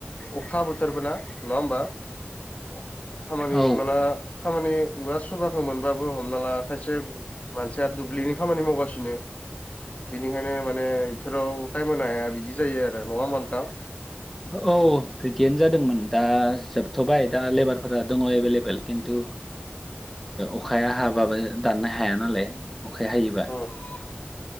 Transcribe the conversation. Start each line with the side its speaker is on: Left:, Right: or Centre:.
Left: अखा बोथोरबो ना नङा होमबा <inaudible> खामानि
Centre: औ
Left: हमना ला खामानि औवा सुबाखौ मोनबाबो हमना ला खायसे मानसिया दुब्लिनि खामानि मावगासिनो बिनिखायनो माने इफोराव टाइम होनो हाया बिदि जायो आरो नङा होमबा नोंथां?
Centre: औ बिदियानो जादोंमोन दा जोबथ'बाय दा लेबारफोरा दङ एभेलेबेल खिन्थु अखाया हाबाबो दाननो हाया नालाय अखाया हायोबा
Left: <inaudible>